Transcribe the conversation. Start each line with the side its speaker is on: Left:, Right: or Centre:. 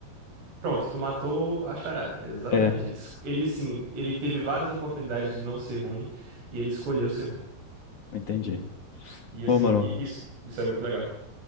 Right: Pronto, tu matou a charada. Exatamente.
Left: É,
Right: Ele, es- ele assim, ele teve várias oportunidades de não ser ruim e ele escolheu ser ruim.
Left: entendi.
Right: E assim,
Left: Bom, mano,
Right: e- isso, isso é muito legal.